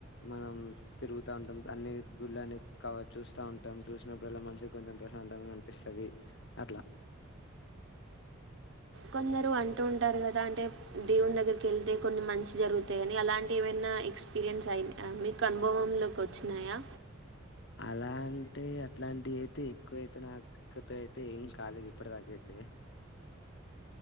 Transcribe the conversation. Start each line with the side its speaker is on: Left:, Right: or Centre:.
Left: మనం తిరుగుతా ఉంటాం, అన్ని గుళ్ళ అన్ని కవర్ చూస్తా ఉంటాం, చూసినప్పుడల్లా మనసుకి కొంచెం ప్రశాంతంగా కనిపిస్తది, అట్లా.
Right: కొందరు అంటూ ఉంటారు కదా, అంటే దేవుని దగ్గరికి ఎళ్తే కొన్ని మంచి జరుగుతాయిని, అలాంటి ఏవైనా? ఎక్స్పీరియన్స్ అయి మీకు అనుభవంలోకి వచ్చినాయా?
Left: అలా అంటే అట్లాంటి అయితే ఎక్కువైతే నాకతో అయితే ఏం కాలేదు ఇప్పటి దాకైతే.